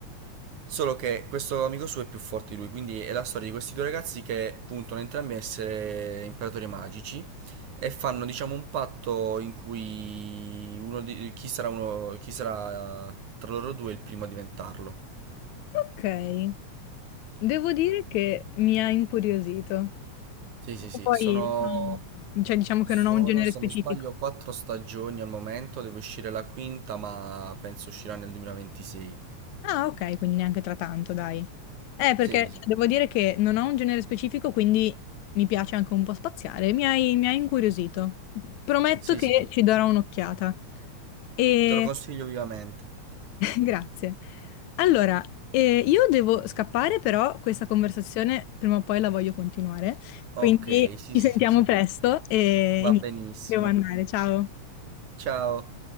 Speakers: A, on the right; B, on the left.
A: Solo che questo amico suo è più forte di lui, quindi è la storia di questi due ragazzi che puntano entrambi a essere imperatori magici e fanno, diciamo, un patto in cui uno di- chi sarà uno, chi sarà tra loro due il primo a diventarlo.
B: Ok. Devo dire che mi ha incuriosito.
A: Sì, sì, sì,
B: Poi,
A: sono
B: non- cioè, diciamo
A: Sono,
B: che non ho un genere
A: se
B: specifico.
A: non sbaglio, quattro stagioni al momento, deve uscire la quinta, ma penso uscirà nel 2026.
B: Ah, ok, quindi neanche tra tanto, dai. Eh, perché
A: Sì, sì,
B: cioè, devo dire che non ho un genere specifico, quindi mi piace anche un po' spaziare. Mi hai, mi hai incuriosito. Prometto
A: sì,
B: che
A: sì, sì.
B: ci darò un'occhiata. E
A: Te lo consiglio vivamente.
B: <laughs> Grazie. Allora, eh, io devo scappare, però questa conversazione prima o poi la voglio continuare, quindi
A: Ok, sì,
B: ci
A: sì,
B: sentiamo
A: sì, sì.
B: presto e
A: Va
B: e niente,
A: benissimo.
B: devo andare. Ciao.
A: Ciao.